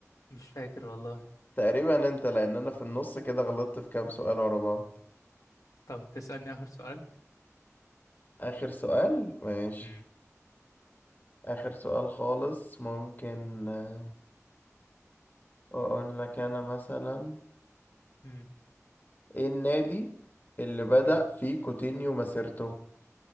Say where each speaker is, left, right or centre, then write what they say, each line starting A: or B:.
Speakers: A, on the left; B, on the left.
A: مش فاكر والله
B: تقريبا انت لان انا في النص كده غلطت في كام سؤال ورا بعض
A: طب تسألني آخر سؤال؟
B: آخر سؤال ماشي
A: مم.
B: آخر سؤال خالص ممكن آه، أقول لك أنا مثلا
A: مم.
B: إيه النادي اللي بدأ
A: مم.
B: فيه كوتينيو مسيرته؟